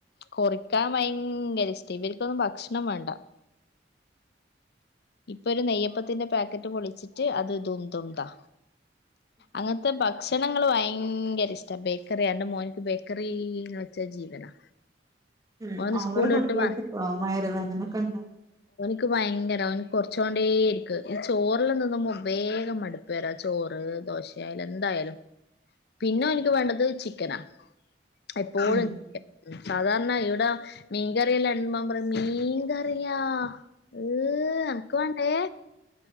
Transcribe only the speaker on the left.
കൊറിക്കാൻ ഭയങ്കര ഇഷ്ടേ. ഇവര്ക്കൊന്നും ഭക്ഷണം വേണ്ട ഇപ്പൊ ഒരു നെയ്യപ്പത്തിന്റെ പാക്കറ്റ് പൊളിച്ചിട്ട് അത് ദും ദും താ അങ്ങനത്തെ ഭക്ഷ് ക്ഷണങ്ങള് ഭയങ്കര ഇഷ്ട ബേക്കറിയണ്ട് മോന്ക്ക് ബേക്കറീന്ന് വെച്ച ജീവനാ
ഓന്
സ്കൂളിട്ട്
വാ
ക്കുവായി രാ ഓന് കൊറിച്ചോണ്ടേ ഇരിക്ക് ഈ ചോറിലൊന്നൊന്നും മൊ വേഗം മടുപ്പെരാ ചോറ് ദോശയാലും എന്തായാലും പിന്നെ ഓന്ക്ക് വേണ്ടത് ചിക്കനാ എപ്പോഴും
എ സാധാരണ ഇവിടെ മീൻകറിയെല്ലാ ഇടുമ്പ അവൻ പറയും മീൻകറിയാ ഈഹ് എനക്ക് വേണ്ടേ